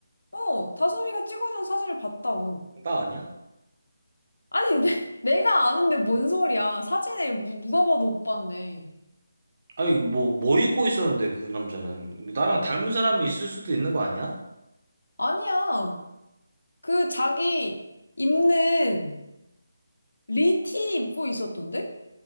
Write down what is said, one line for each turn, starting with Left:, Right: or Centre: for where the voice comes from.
Left: 어, 다솜이가 찍어준 사진을 봤다고.
Right: 나 아니야.
Left: 아니, 내, <laughs> 내가 아는데 뭔 소리야. 사진에 무, 누가 봐도 오빠인데.
Right: 아니, 뭐, 뭐 입고 있었는데, 그 남자는. 나랑 닮은 사람이 있을 수도 있는 거 아니야?
Left: 아니야. 그 자기 입는 리티 입고 있었던데?